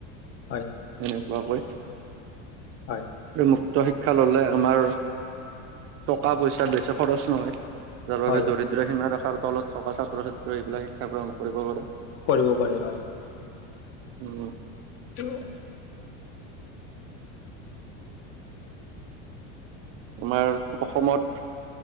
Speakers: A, on the left; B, on the right.
A: হয়,
B: এনেকুৱাকৈ।
A: হয়।
B: আৰু মুক্ত শিক্ষা ললে আমাৰ টকা পইচাৰ বেছি খৰচ নহয়। যাৰ বাবে
A: হয়
B: দৰিদ্ৰ সীমা ৰখাৰ তলত থকা ছাত্ৰ ছাত্ৰী ও এইবিলাক শিক্ষা গ্ৰহণ কৰিব পাৰে।
A: কৰিব পাৰি হয়।
B: উম।
A: <inaudible>
B: আমাৰ অসমত